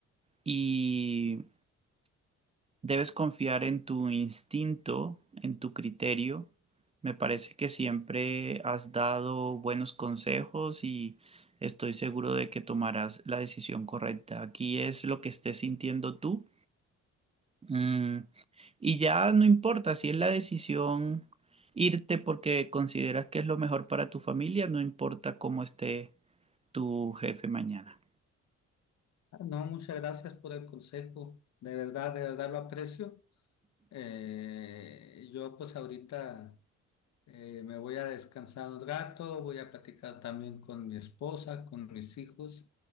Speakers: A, on the right (about 20°); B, on the left (about 65°).
A: y debes confiar en tu instinto, en tu criterio. Me parece que siempre has dado buenos consejos y estoy seguro de que tomarás la decisión correcta. Aquí es lo que estés sintiendo tú Mm, y ya no importa si es la decisión irte porque consideras que es lo mejor para tu familia, no importa cómo esté tu jefe mañana.
B: Ah, No, muchas gracias por el consejo. De verdad, de verdad lo aprecio. Eh, yo pues ahorita... Eh, me voy a descansar un rato, voy a platicar también con mi esposa, con mis hijos